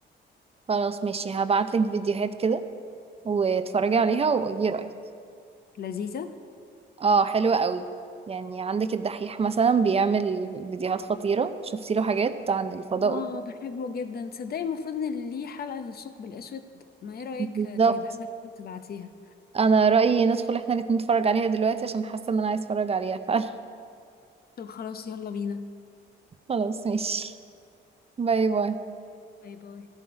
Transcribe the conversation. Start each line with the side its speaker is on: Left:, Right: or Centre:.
Right: خلاص ماشي هبعتلك فيديوهات كده واتفرجي عليها وقولي رأيك
Left: لذيذة
Right: اه حلوة قوي يعني عندك الدحيح مثلا بيعمل فيديوهات خطيرة شفتي له حاجات عن الفضاء
Left: اه
Right: وكده.
Left: بحبه جدا تصدقي المفروض إن ليه حلقة للثقب الأسود ما إيه رأيك
Right: بالظبط
Left: تجيبها لنا كده تبعتيها
Right: انا رأيي ندخل احنا الاتنين نتفرج عليها دلوقتي عشان حاسة ان انا عايز اتفرج عليها فعلا
Left: طب خلاص يلا بينا
Right: <laughs> خلاص ماشي باي باي
Left: باي باي